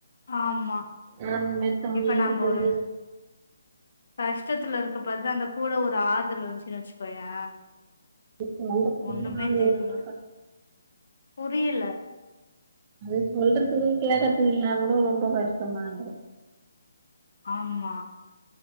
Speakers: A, on the left; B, on the right.
A: ஆமா
B: வேணும்னே தம்பிய
A: இப்ப நம்ம
B: கூட்டிட்டு
A: ஒரு கஷ்டத்துல இருக்க பேர்தா அந்த கூட ஒரு ஆறுதல் இருன்சுன்னு வச்சுக் கோயே
B: சொல்றதுக்கு
A: ஒன்னுமே
B: ஆள்
A: தெரியாது
B: இல்லனா
A: புரியல
B: அது சொல்றதுக்கு கிழக்கத்துல இல்லன்னா கூட ரொம்ப கஷ்டந்தான்ற
A: ஆமா